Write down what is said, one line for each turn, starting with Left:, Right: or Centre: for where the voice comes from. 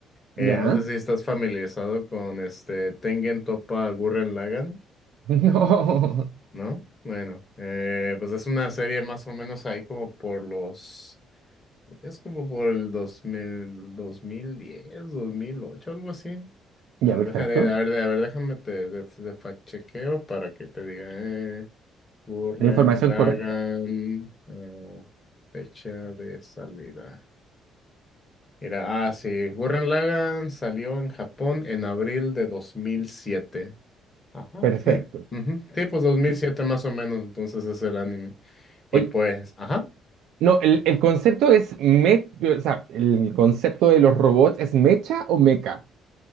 Left: Eh,
Right: Ya.
Left: no sé si estás familiarizado con este Tengen Toppa Gurren Lagann,
Right: <laughs> No.
Left: ¿no? Bueno, eh, pues es una serie más o menos ahí como por los, es como por el dos dos mil dos mil diez dos mil ocho algo así.
Right: Ya,
Left: A ver,
Right: perfecto.
Left: déjame, a ver, a ver, déjame te, de, de fact chequeo para que te diga, eh, Gurren
Right: La información
Left: Lagann,
Right: correcta.
Left: ah, fecha de salida. Era, ah, sí, Gurren Lagann salió en Japón en abril de 2007. Ajá,
Right: Perfecto.
Left: sí. ujú, Sí, pues 2007
Right: Ya.
Left: más o menos, entonces es el anime. Y
Right: Oye,
Left: pues, ajá,
Right: no, el, el concepto es me, o sea, el concepto de los robots es mecha o meca.